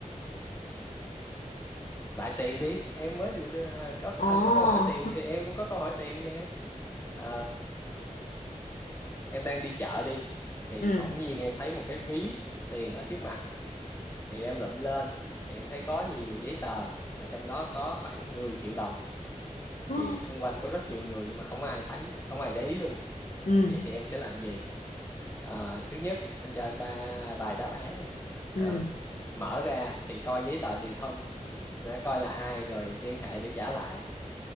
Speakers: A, on the left; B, on the left.
A: lại tiền đi. Em mới được à, có anh
B: ồ
A: có câu hỏi tiền thì em cũng có câu hỏi tiền nè. À, em đang đi chợ đi thì
B: <laughs> ừ
A: bỗng nhiên em thấy một cái ví tiền ở trước mặt thì em lụm lên thì em thấy có nhiều giấy tờ và trong đó có khoảng mười triệu đồng
B: ừ
A: thì xung quanh có rất nhiều người nhưng mà không ai thấy, không ai để ý luôn.
B: ừ
A: vậy thì em sẽ làm gì Ờ, thứ nhất anh cho em ba vài đáp án nè Ờ,
B: ừ
A: mở ra thì coi giấy tờ tùy thân để coi là ai rồi liên hệ để trả lại